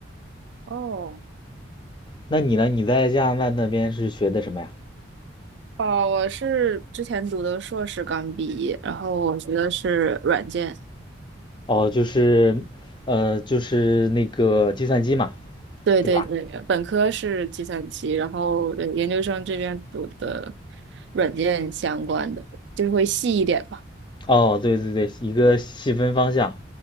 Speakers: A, on the right; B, on the left.
A: 哦，
B: 那你呢？你在加拿大那边是学的什么呀？
A: 哦，我是之前读的硕士刚毕业，然后我学的是软件。
B: 哦，就是，呃，就是那个计算机嘛，
A: 对对对，
B: 对吧？
A: 本科是计算机，然后对研究生这边读的软件相关的，就是会细一点吧。
B: 哦，对对对，一个细分方向。